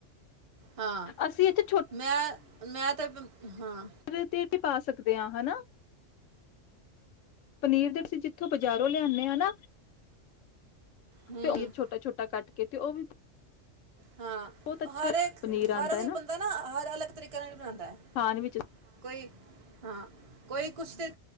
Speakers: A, on the right (about 30°); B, on the left (about 80°).
A: ਹਾਂ,
B: ਅਸੀਂ ਇੱਥੇ
A: ਮੈਂ ਮੈਂ ਤੇ <unintelligible> ਹਾਂ
B: <unintelligible> ਤੇਪਾ ਸਕਦੇ ਹਾਂ ਹਨਾ ਪਨੀਰ ਦੇ ਅਸੀਂ ਜਿੱਥੋਂ ਬਾਜ਼ਾਰੋਂ ਲਿਆਨੇ ਆ ਨਾ
A: ਹੂੰ
B: ਤੇ <unintelligible> ਛੋਟਾ ਛੋਟਾ ਕੱਟ ਕਿਤੇ ਉਹ ਵੀ
A: ਹਾਂ
B: ਬਹੁਤ ਅੱਛਾ
A: ਹਰ ਇੱਕ
B: ਪਨੀਰ ਆਉਂਦਾ
A: ਹਰ ਕੋਈ
B: ਏ ਨਾ
A: ਬੰਦਾ ਹਰ ਅਲੱਗ <inaudible> ਬਣਾਉਂਦਾ ਹੈ
B: ਖਾਣ ਵਿੱਚ
A: ਕੋਈ ਹਾਂ ਕੋਈ ਕੁਛ ਤੇ